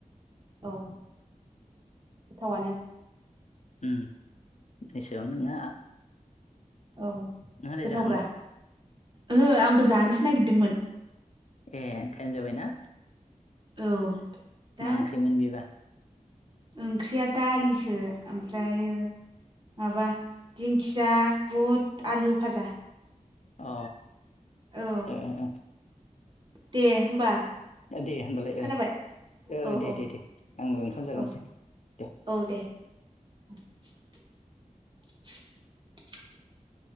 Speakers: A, on the right; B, on the left.
A: औ गोथावनो
B: उ एसे नोंहा
A: औ
B: नोंहालाय
A: गोथावब्रा
B: जाखांबाय
A: ओहो आंबो जानोसो नागिरदोंमोन
B: एह थाइनो जाबायना
A: औ दा
B: मा ओंख्रिमोन बेबा
A: ओंख्रिया दालिसो ओमफ्राय माबा दिंखिया बुट आलु भाजा
B: अ
A: औ
B: एह
A: दे होमबा
B: दे होमबालाय
A: खोनाबाय औ
B: दे
A: औ
B: दे दे आंबो ओंखाम जागोनसै
A: औ
B: दे
A: औ <unintelligible> <inaudible>